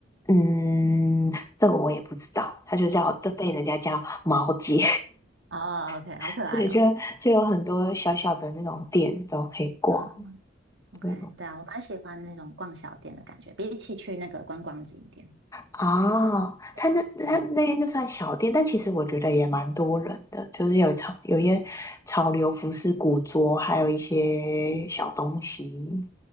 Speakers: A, on the left; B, on the right.
A: 嗯，这个我也不知道，它就叫都被人家叫毛节，
B: 哦 o k
A: <laughs>
B: 好可爱哦。
A: 所以就就有很多小小的那种店都可以逛，
B: 啊。OK，
A: 对，
B: 对啊，我蛮喜欢那种逛小店的感觉，比起去那个观光景点。
A: 哦，
B: 对，
A: 他那他那边就算小店，
B: 嗯
A: 但其实我觉得也蛮多人的，就是有潮有一些潮流服饰、
B: 嗯
A: 古着，还有一些小东西，
B: 嗯，